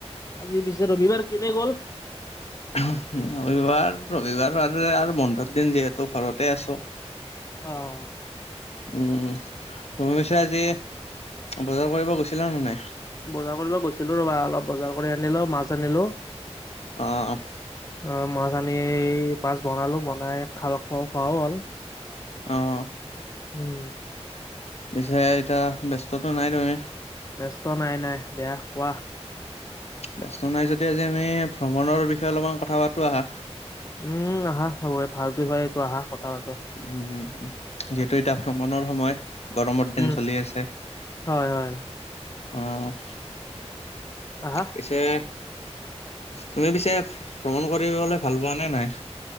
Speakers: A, on the left; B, on the left.
A: আজি পিছে ৰবিবাৰ কেনে গ'ল?
B: উমহ, ৰবিবাৰ ৰবিবাৰৰ আৰু আৰু বন্ধৰ দিন যিহেতু ঘৰতে আছোঁ।
A: অঁ।
B: উম তুমি পিছে আজি বজাৰ কৰিব গৈছিলা নে নাই?
A: বজাৰ কৰিব গৈছিলো ৰবা অলপ বজাৰ কৰি আনিলো মাছ আনিলো।
B: অঁহ।
A: অঁ মাছ আনি মাছ বনালো বনাই খাল খোৱা খোৱাও হ'ল।
B: অঁহ।
A: উম।
B: পিছে এতিয়া ব্যস্তটো নাই তুমি?
A: ব্যস্ত নাই নাই, দিয়া কোৱা?
B: ব্যস্ত নাই যদি আজি আমি ভ্ৰমণৰ বিষয়ে অলপমান কথা পাতো আহা।
A: উম আহা হয় ভাল বিষয় এইটো আহা কথা পাতো।
B: উম যিহেতু এতিয়া ভ্ৰমণৰ সময়। গৰমৰ
A: উম
B: দিন চলি আছে।
A: হয় হয়
B: অঁহ।
A: আহা
B: পিছে। তুমি পিছে ভ্ৰমণ কৰিবলে ভাল পোৱা নে নাই?